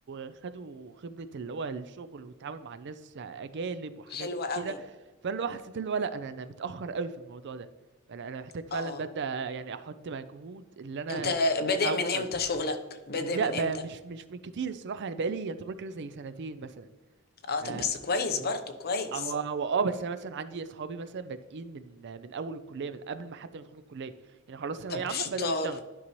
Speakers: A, on the right; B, on the left.
A: وخدوا خبرة اللي هو الشغل والتعامل مع الناس اجانب وحاجات
B: حلوة قوي
A: كده فاللي هو حسيت اللي هو لا انا انا متأخر قوي في الموضوع ده فانا انا محتاج فعلا
B: اه
A: ببدأ يعني احط مجهود اللي انا
B: انت بادئ
A: اوصل
B: من امتى شغلك بادئ
A: لا
B: من
A: بقى
B: امتى
A: مش مش من كتير الصراحة يعني بقالي يعتبر كده زي سنتين مثلا
B: اه
A: ف
B: طب بس كويس برضو كويس
A: او او اه بس انا مثلا عندي اصحابي مثلا بادئين من من اول الكلية من قبل ما حتى ما يدخلوا الكلية يعني خلاص ثانوية
B: طب
A: عامة
B: شطار
A: بدأوا يشتغلوا